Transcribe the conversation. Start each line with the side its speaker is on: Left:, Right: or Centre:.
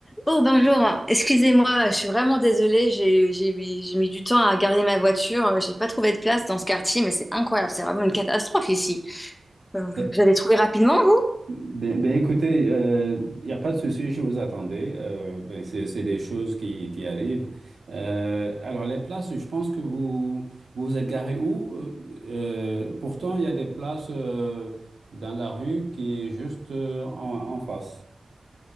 Left: Oh bonjour, excusez-moi, je suis vraiment désolée, j'ai j'ai mis j'ai mis du temps à garer ma voiture, euh, j'ai pas trouvé de place dans ce quartier, mais c'est incroyable, c'est vraiment une catastrophe ici. Euh,
Right: Ben,
Left: Vous avez trouvé rapidement, vous?
Right: ben- ben, écoutez, il n'y a pas de souci, je vous attendais. Euh, ben, c'est, c'est des choses qui, qui arrivent. Euh, alors, les places, je pense que vous vous vous êtes garé où? Euh, euh, pourtant, il y a des places euh, dans la rue qui est juste euh, en, en face.